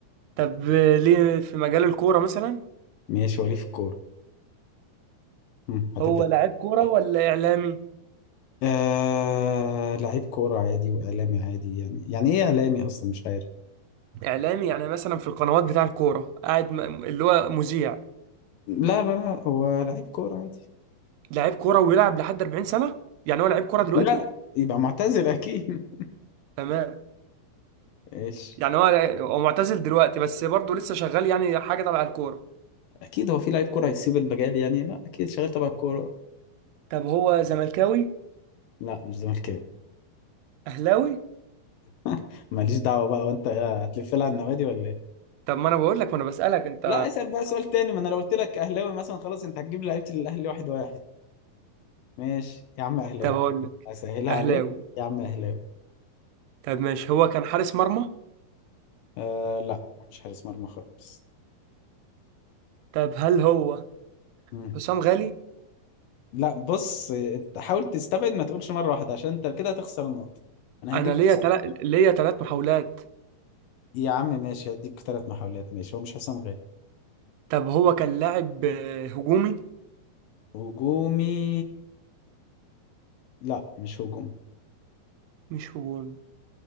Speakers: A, on the right; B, on the left.
A: طب ليه في مجال الكورة مثلا
B: ماشي وليه في الكورة هم، هتبدأ
A: هو لاعب كورة
B: إزاي؟
A: ولا اعلامي
B: آه... لعيب كورة عادي وإعلامي عادي يعني يعني إيه إعلامي أصلا مش عارف
A: اعلامي يعني مثلا في القنوات بتاع الكورة قاعد م- اللي هو مذيع
B: لا لا لا هو لعيب كورة عادي
A: لاعب كورة ويلعب لحد 40 سنة يعني هو لاعب كورة دلوقتي
B: لا يبقى معتزل أكيد
A: تمام
B: <laughs> ايش
A: يعني هو هو معتزل دلوقتي بس برضه لسه شغال يعني حاجة تبع الكورة
B: اكيد هو في لعيب كوره هيسيب المجال يعني لا اكيد شغال تبع الكوره
A: طب هو زملكاوي
B: لا مش زملكاوي
A: اهلاوي
B: <laughs> ماليش دعوه بقى وانت إيه، هتلف لها على النوادي ولا ايه
A: طب ما انا بقول لك ما انا بسألك انت
B: لا اسال بقى سؤال تاني ما انا لو قلت لك اهلاوي مثلا خلاص انت هتجيب لعيبه الاهلي واحد واحد ماشي يا عم اهلاوي
A: طب اقول لك
B: اسهلها
A: اهلاوي
B: عليك يا عم اهلاوي
A: طب ماشي هو كان حارس مرمى
B: آه لا مش حارس مرمى خالص
A: طب هل هو
B: مم.
A: حسام غالي
B: لا بص انت حاول تستبعد ما تقولش مره واحده عشان انت كده هتخسر النقطه انا
A: انا
B: هديك فرصه
A: ليا تلات ليا تلات محاولات
B: يا عم ماشي هديك ثلاث محاولات ماشي هو مش حسام غالي
A: طب هو كان لاعب آه، هجومي
B: هجومي لا مش هجومي
A: مش هجومي